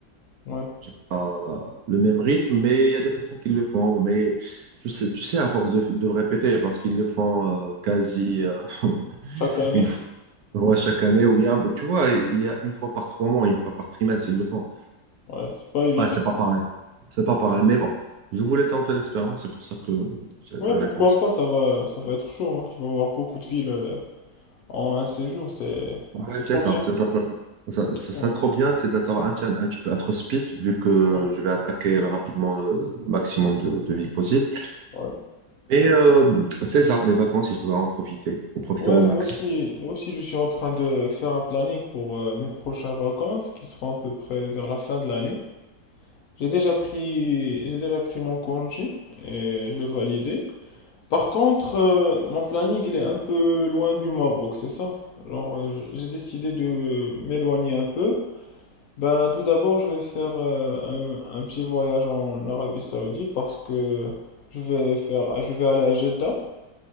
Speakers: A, on the left; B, on the right.
A: Ouais,
B: j'ai pas la- le même rythme, mais il y a des personnes qui le font. Mais je sais, tu sais, à force de, de le répéter, parce qu'ils le font euh, quasi euh,
A: chaque année.
B: une fois ouais, chaque année, ou bien, tu vois, il y a une fois par trois mois, une fois par trimestre, ils le font.
A: Ouais, c'est pas évident.
B: Ouais, c'est pas pareil. C'est pas pareil, mais bon, je voulais tenter l'expérience, c'est pour ça que j'avais
A: Ouais, pourquoi
B: pensé.
A: pas, ça va, ça va être chaud. hein. Tu vas voir beaucoup de villes euh, en un séjour. C'est,
B: Ouais,
A: c'est
B: c'est
A: trop
B: ça,
A: bien.
B: c'est ça, c'est ça. Ça, ça,
A: Ouais,
B: ça, trop bien, c'est de savoir un, tiers- un petit peu être speed, vu que
A: ouais,
B: je vais attaquer rapidement euh, le maximum de, de villes possibles.
A: ouais.
B: Mais euh, c'est ça, les vacances, il faudra en profiter, en profiter
A: Ouais,
B: au
A: moi
B: max.
A: aussi, moi aussi, je suis en train de faire un planning pour euh, mes prochaines vacances qui seront à peu près vers la fin de l'année. J'ai déjà pris, j'ai déjà pris mon congé et je l'ai validé. Par contre, euh, mon planning, il est un peu loin du Maroc, c'est ça? Alors, euh, j- j'ai décidé de m'éloigner un peu. Ben, tout d'abord, je vais faire euh, un, un petit voyage en Arabie Saoudite parce que je vais faire, je vais aller à Jeddah